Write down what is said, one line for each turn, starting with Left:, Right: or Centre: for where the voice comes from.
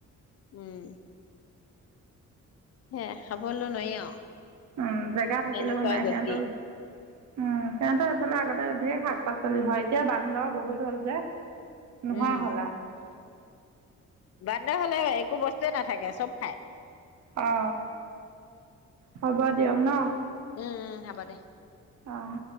Left: উম সে খাবলৈ নোৱাৰি আৰু
Right: উম জেগা থাকিলেও
Left: এনেকুৱা
Right: নাই
Left: গতি
Right: সিহঁতৰ ও উম সিহতৰ এইফালে আগতে ধেই শাক পাচলি হয় এতিয়া বান্দৰ বহুত হ'ল যে নহোৱা
Left: উম
Right: হলা
Left: বান্দৰ হলে একো বস্তুৱয়ে নাথাকে চব খাই
Right: অ হ'ব দিয়ক ন
Left: উম উম হ'ব দে
Right: আহ